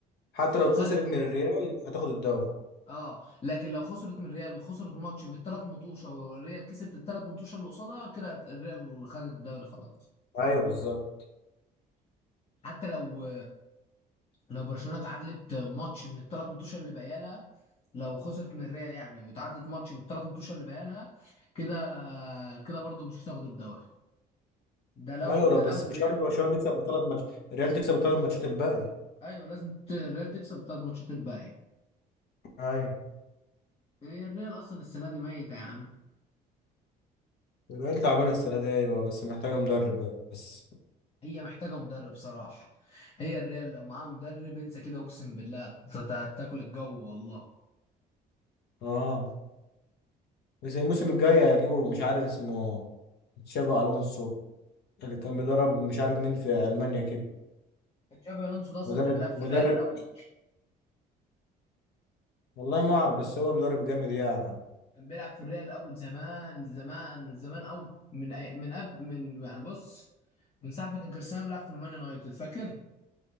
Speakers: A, on the left; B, on the left.
A: حتى لو خسرت
B: خد
A: من الريال هتاخد الدوري
B: اه لكن لو خسرت من ريال وخسرت ماتش بالثلاث مطوشه والريال كسبت الثلاث مطوشه اللي قصادها كده الريال خدت الدوري خلاص
A: ايوه بالظبط
B: حتى لو لو برشلونه اتعادلت ماتش من الثلاث مطوشه اللي باقيه لها لو خسرت من الريال يعني وتعادلت ماتش من الثلاث مطوشه اللي باقيه لها كده كده برضو مش هتاخد الدوري ده لو
A: ايوه
B: ده
A: لا بس
B: لو الريال
A: مش شرط برشلونه تكسب الثلاث ماتشات الريال تكسب الثلاث ماتشات الباقيه
B: ايوه لازم ت- الريال تكسب الثلاث ماتشات الباقيه
A: ايوه
B: هي الريال اصلا السنه دي ميته يا عم
A: الريال تعبانه السنه دي ايوه بس محتاجه مدرب بس
B: هي محتاجة مدرب صراحة هي الريال لو معاها مدرب انسى كده اقسم بالله هت- هتاكل الجو والله
A: اه بس الموسم الجاي هيجيبوا مش عارف اسمه تشافي الونسو اللي كان بيدرب مش عارف مين في المانيا كده
B: تشابي الونسو ده اصلا
A: مدرب
B: كان بيلعب في
A: مدرب
B: الريال الاول
A: والله ما اعرف بس هو مدرب جامد يعني
B: كان بيلعب في الريال الاول زمان زمان زمان قوي من أي- من قبل من يعني بص من ساعة ما كان كريستيانو بيلعب في المان يونايتد فاكر